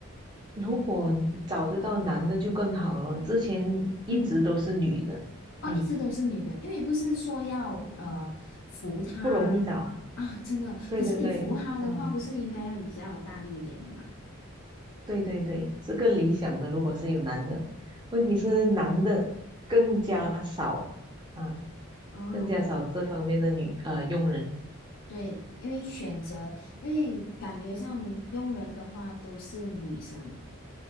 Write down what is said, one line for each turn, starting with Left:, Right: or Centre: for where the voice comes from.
Right: 如果找得到男的就更好了，之前一直都是女的，
Left: 嗯。哦，
Right: 嗯
Left: 一直都是女的，因为不是说要呃扶她
Right: 嗯，不容易找啊。
Left: 啊，真的。
Right: 对对对，
Left: 可是你扶她的话，
Right: 嗯，
Left: 不是应该要比较大力一点的吗？
Right: 对对对，是更理想的。如果是有男的，问题是男的更加少啊，
Left: 哦，
Right: 更加少这方面的女呃佣人。
Left: 对，因为选择，因为感觉上佣人的话都是女生，